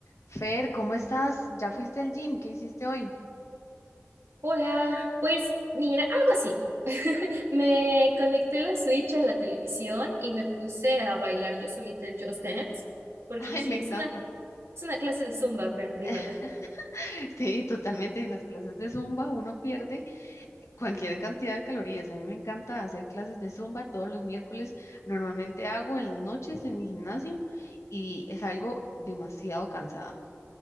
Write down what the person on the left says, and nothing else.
Fer, ¿cómo estás? ¿Ya fuiste al gym? ¿Qué hiciste hoy?
<laughs>
Ay, me encanta.
<laughs> Sí, totalmente. En las clases de Zumba uno pierde cualquier cantidad de calorías. A mí me encanta hacer clases de Zumba todos los miércoles. Normalmente hago en las noches en el gimnasio y es algo demasiado cansada.